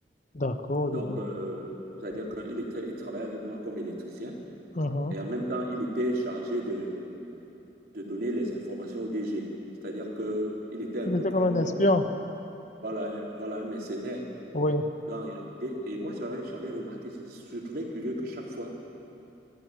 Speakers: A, on the left; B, on the right.
A: d'accord,
B: Donc,
A: je vois.
B: euh, c'est-à-dire qu'il était, il travaillait avec moi comme électricien.
A: Mhm.
B: Et en même temps, il était chargé de, de donner les informations au DG. C'est-à-dire qu'il était un
A: il
B: peu
A: était
B: comme
A: comme un
B: le,
A: espion
B: voilà, un- voilà un mercenaire
A: Oui.
B: dans la réalité. Et moi, j'avais, j'avais remarqué, je, je trouvais curieux que chaque fois,